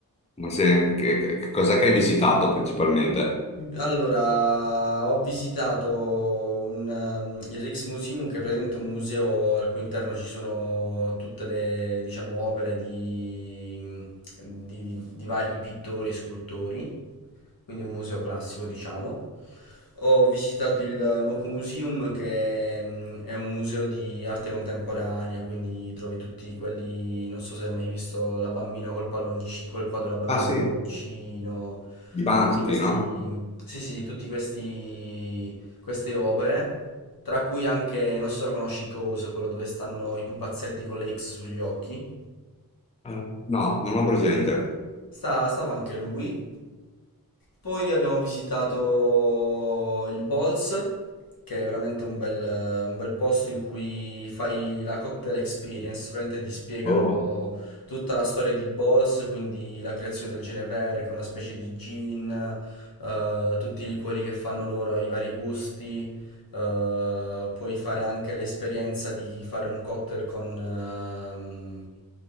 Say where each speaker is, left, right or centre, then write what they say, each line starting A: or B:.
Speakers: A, on the left; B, on the left.
A: Ma se, che, che- che cos'è che hai visitato principalmente?
B: Allora, ho visitato un, ehm, il Rijksmuseum, che è praticamente un museo al cui interno ci sono tutte le, diciamo, opere di, di- di vari pittori e scultori quindi un museo classico, diciamo. Ho visitato il Mock Museum, che mm, è un museo di arte contemporanea, quindi trovi tutti quelli, non so se hai mai visto la bambina col palloncino, quel quadro della bambina
A: Ah sì,
B: col palloncino,
A: di Banksy,
B: tutti questi,
A: no?
B: sì, sì, tutti questi, queste opere, tra cui anche, non so se lo conosci, Cose, quello dove stanno i pupazzetti con le X sugli occhi.
A: Eh, no, non ho presente.
B: Sta- stava anche lui. Poi abbiamo visitato il Bolz, che è veramente un bel, un bel posto in cui fai la cocktail experience, praticamente ti spiegano
A: Oh.
B: tutta la storia di Bolz, quindi la creazione del Genever, che è una specie di gin, eh, tutti i liquori che fanno loro, i vari gusti. eh, puoi fare anche l'esperienza di fare un cocktail con, ehm,